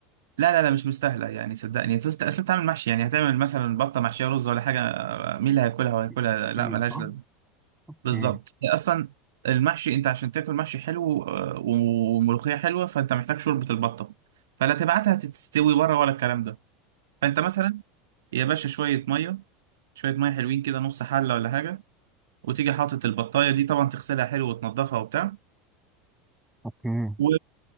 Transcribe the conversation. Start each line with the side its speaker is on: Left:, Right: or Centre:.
Right: لا لا لا مش مستاهله يعني صدقني تست... اصل انت عامل محشي يعني هتعمل مثلا بطه محشيه رز ولا حاجه مين اللي هياكلها وهياكلها
Centre: بتتحشي
Right: لا ملهاش
Centre: صح؟
Right: لازمه
Centre: اوكي
Right: بالظبط اصلا المحشي انت عشان تاكل محشي حلو آه، وملوخيه حلوه فانت محتاج شوربه البطه فلا تبعتها تستوي بره ولا الكلام ده فانت مثلا يا باشا شويه ميه شويه ميه حلوين كده نص حله ولا حاجه وتيجي حاطط البطايه دي طبعا تغسلها حلو وتنضفها وبتاع
Centre: اوكي
Right: و...